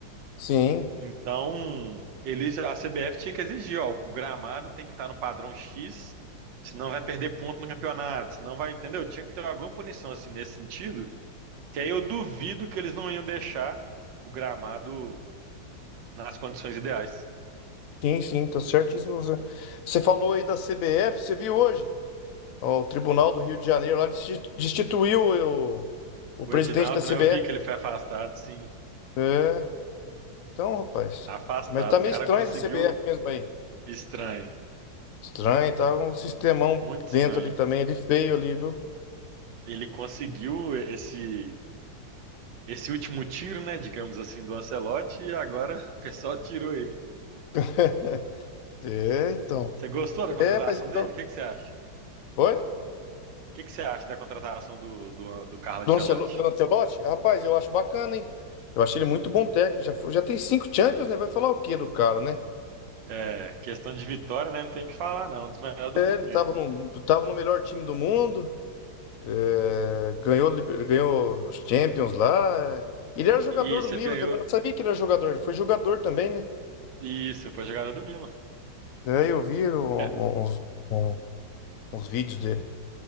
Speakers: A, on the left; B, on the right.
A: Sim,
B: Então, eles, a CBF tinha que exigir, ó, o gramado tem que estar no padrão X, senão vai perder ponto no campeonato, senão vai, entendeu? Tinha que ter alguma punição assim nesse sentido, que aí eu duvido que eles não iam deixar o gramado nas condições ideais.
A: sim, sim, tá certíssimo. Você Você falou aí da CBF, você viu hoje? Ó, O Tribunal do Rio de Janeiro lá desti- destituiu o, o presidente
B: O Edinaldo,
A: da CBF.
B: né, eu vi que ele foi afastado, sim,
A: É, então, rapaz.
B: afastado.
A: Mas tá meio
B: O cara
A: estranho
B: conseguiu,
A: essa CBF mesmo aí.
B: estranho,
A: Estranho, tá um sistemão
B: muito estranho.
A: dentro ali também, ele feio ali, viu?
B: Ele conseguiu esse esse último tiro, né, digamos assim, do Ancelotti e agora <laughs> o pessoal tirou
A: <laughs> É, então.
B: Você gostou da contratação
A: É, mas então.
B: dele? O que que você acha?
A: Oi?
B: O que que você acha da contratação do, do, do Carlo Ancelotti?
A: Do Ancelo- do Ancelotti? Rapaz, eu acho bacana, hein? Eu achei ele muito bom técnico. Já, foi- já tem cinco Champions, né? Vai falar o quê do cara, né?
B: É, questão de vitória, né? Não tem o que falar, não. Um dos melhores do
A: É,
B: mundo
A: ele
B: mesmo.
A: tava no, tava no melhor time do mundo, é, ganhou, liber- ganhou os Champions lá. é. Ele era jogador
B: Isso,
A: do Milan
B: ele ganhou.
A: também, não sabia que ele era jogador, ele foi jogador também, né?
B: Isso, foi jogada do Milan.
A: É, eu vi um-
B: É,
A: um- uns, um- uns vídeos dele.